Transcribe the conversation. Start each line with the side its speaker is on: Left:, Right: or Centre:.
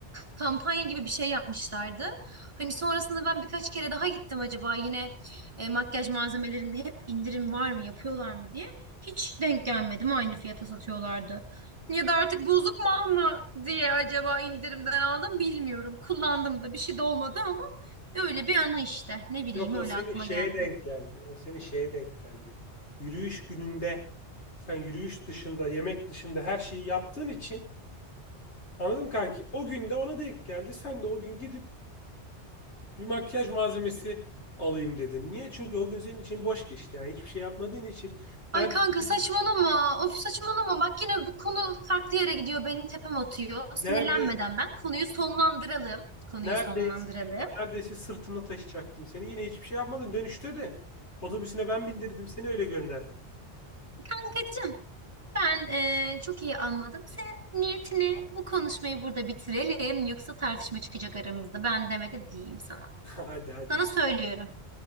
Right: kampanya gibi bir şey yapmışlardı. Hani sonrasında ben birkaç kere daha gittim acaba yine e, makyaj malzemelerinde hep indirim var mı yapıyorlar mı diye. Hiç denk gelmedim aynı fiyata satıyorlardı. Ya da artık bozuk mal mı diye acaba indirimden aldım bilmiyorum. Kullandım da bir şey de olmadı ama öyle bir anı işte. Ne bileyim
Left: Yok o
Right: öyle
Left: seni
Right: aklıma
Left: şeye
Right: geldi.
Left: denk geldi. O seni şeye denk geldi. Yürüyüş gününde sen yürüyüş dışında yemek dışında her şeyi yaptığın için anladım kanki. O gün de ona denk geldi. Sen de o gün gidip bir makyaj malzemesi alayım dedin. Niye? Çünkü o gün senin için boş geçti. Yani hiçbir şey yapmadığın için neredeyse,
Right: Ay kanka saçmalama. Of saçmalama. Bak yine bu konu farklı yere gidiyor. Benim tepem atıyor. Sinirlenmeden
Left: neredeyse
Right: ben konuyu sonlandıralım. Konuyu
Left: Neredeyse
Right: sonlandıralım.
Left: neredeyse sırtımda taşıyacaktım seni. Yine hiçbir şey yapmadın. Dönüşte de otobüsüne ben bindirdim seni öyle gönderdim.
Right: Kankacığım, ben e, çok iyi anladım. Senin niyetini bu konuşmayı burada bitirelim. Yoksa tartışma çıkacak aramızda. Ben demedi diyeyim sana.
Left: <laughs> Hadi hadi
Right: Sana
Left: ya.
Right: söylüyorum.